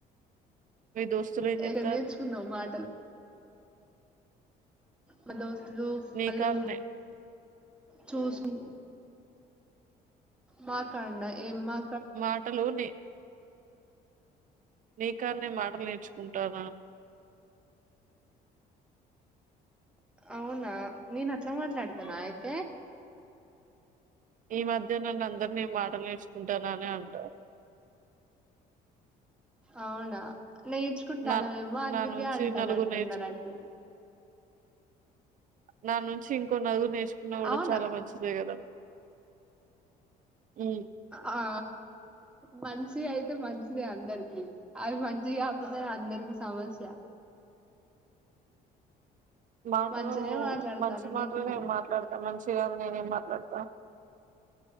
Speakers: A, on the right (about 50°); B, in the centre.
A: మీ దోస్తులీ ఎం చెత్తర్రు
B: ఎక్కడ నేర్చుకున్నావు మాటలు మ దోస్తులూ
A: నీకాన్నే
B: వాళ్ళు చూసున్ మాకాడ్ న ఏం మా
A: మాటలూ నె నీకాన్నె మాటలు నేర్చుకుంటానా
B: అవునా నేను అట్ల మాట్లాడతనా అయితే
A: ఈ మధ్య నన్ను అందర్నీ మాటలు నేర్చుకుంటాన అనే అంటారు <inaudible>
B: అవునా నేర్చుకుంటానవేమో
A: నా
B: అందుకే
A: నా నుంచి
B: అంటానట్టున్నారు
A: నలుగురు నేర్చుకు
B: అందరూ
A: నా నుంచి ఇంకో నలుగురు నేర్చుకున్నా కూడ
B: అవునా
A: చాలా మంచిదే కదా హ్మ్.
B: ఆ మన్స్ ది అయితే మంచిదే అందరికి అవి మంచి కాకపోతే అందరికి సమస్య
A: <inaudible> మాటలూ
B: మంచినే మాట్లాడతాను
A: మంచి మాటల్
B: నీకు
A: నేన్ మాట్లాడుతా మంచి చిదాన్నే నేనేం మాట్లాడ్తా